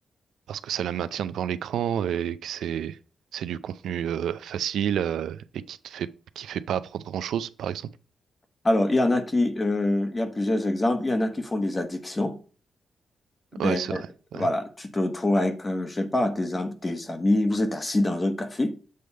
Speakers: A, on the right; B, on the left.
A: parce que ça la maintient devant l'écran et que c'est c'est du contenu euh, facile euh, et qui te fait qui fait pas apprendre grand-chose, par exemple.
B: Alors, il y en a qui, euh, il y a plusieurs exemples. Il y en a qui font des addictions. Ben,
A: Ouais, c'est vrai. Ouais.
B: voilà, tu te trouves avec, euh, je sais pas, tes, am- tes amis, vous êtes assis dans un café.